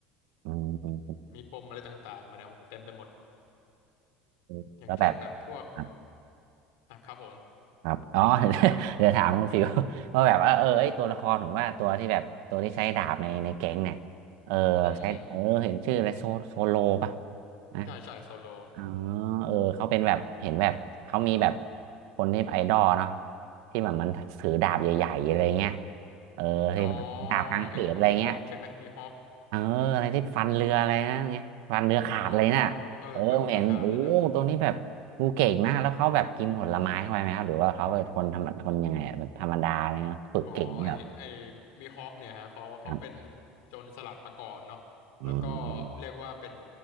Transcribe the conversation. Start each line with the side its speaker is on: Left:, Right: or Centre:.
Right: อืมอืม
Left: มีปมอะไรต่างๆมาเนี่ยโอ้โหเต็มไปหมด
Right: อืมแล้วแบบ
Left: อย่างเช่นแบบพวก
Right: อ่ะ
Left: อ่ะครับผม
Right: ครับอ๋อ <laughs> เดี๋ยวถามคุณฟิว <laughs> ว่าแบบว่าเออไอยตัวละครผมว่าตัวที่แบบตัวที่ใช้ดาบในในแก๊งเนี่ยเออใช้เออเห็นชื่ออะไรโซโซโลป่ะ
Left: อืมอืม
Right: นะ
Left: ใช่ใช่โซโล
Right: อ๋อเออ เขาเป็นแบบเห็นแบบเขามีแบบคนที่ไอดอลเนาะที่แบบมันถือดาบใหญ่ๆอะไรเงี้ยเออที่แบบเนดาบกลางเขนอะไรเงี้ย
Left: อ๋อไอ้มีฮอคใช่ไหมมีฮอค
Right: เอออะไรที่ฟันเรืออะไรนะเงี้ยฟันเรือขาดเลยน่ะเออผมเห็นโอ้ตัวนี้แบบงูเก่งนะแล้วเขาแบบกินผลไม้เข้าไปไหมครับหรือว่าเขาเป็นคนธรรมดาคนยังไงอะแบบธรรมดาอะไรเงี้ยฝึกเก่งเนี่ยเหรอ
Left: อ๋อ เออวันเรือขาดเลยนะ อ๋อไอไอมีฮอคเนี่ยฮะเขาเขาเป็น
Right: ครับ
Left: โจรสลัดมาก่อนเนาะแล้วก็
Right: อืม
Left: เรียกว่าเป็น